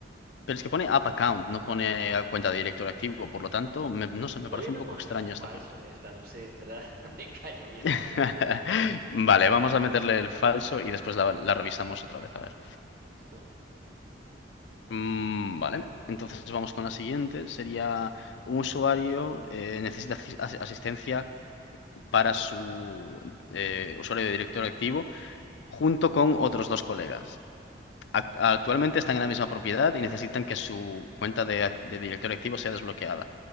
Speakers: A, on the left; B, on the right.
A: pero es que pone app account, no pone a cuenta de director activo, por lo tanto, me- no
B: Voy
A: sé, me parece
B: a irme
A: un poco
B: con
A: extraña
B: el falso
A: esta pregunta.
B: en esta, no sé, de entrada, <laughs> no me cayó bien
A: <laughs>
B: la pregunta.
A: Vale, vamos a meterle el falso y después la, la revisamos otra vez, a ver.
B: Listo.
A: Mm, vale, entonces vamos con la siguiente. Sería un usuario eh, necesita asi- asistencia para su eh, usuario de directorio activo junto con otros dos colegas. Act- Actualmente están en la misma propiedad y necesitan que su cuenta de, ac- de directorio activo sea desbloqueada.